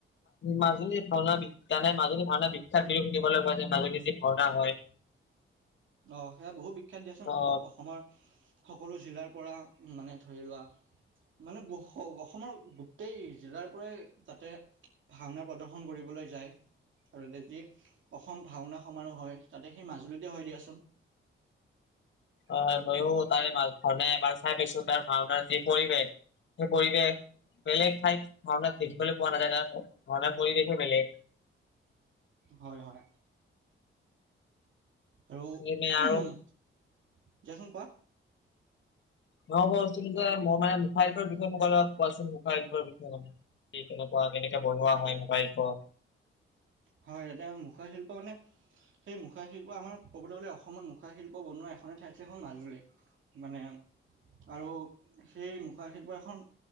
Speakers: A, on the left; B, on the right.
A: মাজুলী ভাওঁনা বিখ্যাত মাজুলী ভাওঁনা বিখ্যাত বুলি দেখিবলৈ পোৱা যে নাগজতিক ভাওঁনা হয়।
B: অ' সেয়া বহু বিখ্যাত দিয়াচোন
A: ত
B: সকল অসমৰ সকলো জিলাৰ পৰা মানে ধৰি লোৱা মানে অস অসমৰ গোটেই জিলাৰ পৰাই তাতে ভাওঁনা প্ৰদৰ্শন কৰিবলৈ যায়। আৰু তাতে যি অসম ভাওঁনা সমাৰোহ হয়, তাতে সেই মাজুলীতে হয় দিয়াচোন। <unintelligible>
A: অ' মইয়ো তাৰে এবাৰ ভাওঁনা এবাৰ চাই পাইছো তাৰ ভাওঁনাৰ যি পৰিৱেশ সেই পৰিৱেশ বেলেগ ঠাইত ভাওঁনাত দেখিবলৈ পোৱা নাযায়, তাত ভাওঁনাৰ পৰিৱেশে বেলেগ।
B: হয়, হয়। আৰু
A: তুমি
B: দিৱাচোন
A: আৰু
B: কোৱা।
A: মই কৈছিলো যে মোৰ মানে মুখাশিল্পৰ বিষয়ে মোক অলপ কোৱাচোন মুখাশিল্পৰ বিষয়ে কি কেনেকুৱা, কেনেকে বনোৱা হয় মুখাশিল্প।
B: হয় এতিয়া মুখাৰ শিল্প মানে সেই মুখাশিল্প আমাৰ ক'বলৈ গ'লে অসমত মুখাশিল্প বনোৱা এখনেই ঠাইত আছে সেইখন মাজুলী। মানে আৰু সেই মুখাশিল্পৰ এখন